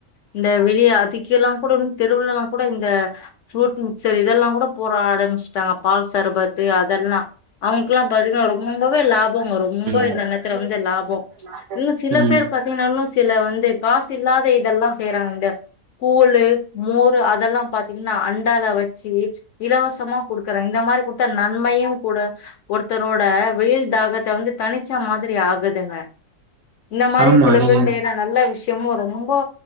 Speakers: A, on the left (about 65°); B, on the right (about 70°).
A: இந்த வெளிய அதுக்கெல்லா கூடனு திருவுழா எல்லாங் கூட இந்த ஃப்ரூட் மிக்சர் இதெல்லாங் கூட போற ஆரம்பிச்சுட்டாங்க பால் சர்பத்து அதெல்லா அவுங்களுக்கெல்லா பாத்தீங்கன்னா ரொம்பவே லாபம் வரு ரொம்ப
B: ம்
A: இந்த எண்ணத்துல
B: ம்
A: வந்து லாபோ ம்ச் இன்னு சில
B: ம்
A: பேரு பாத்தீங்கன்னாலு சில வந்து காசு இல்லாத இதெல்லா செய்றாங்க இங்க கூழு மோரு அதெல்லாம் பாத்தீங்கன்னா அண்டால வெச்சு இலவசமா குடுக்குறாங்க இந்த மாரி குடுத்தா நன்மையுங் கூட ஒருத்தரோட வெயில் தாகத்த வந்து தனிச்ச மாதிரி ஆகுதுங்க இந்த மாரி
B: ஆமா
A: சில
B: நீங்க
A: பேர் செய்யற நல்ல விஷ்யமு ரொம்போ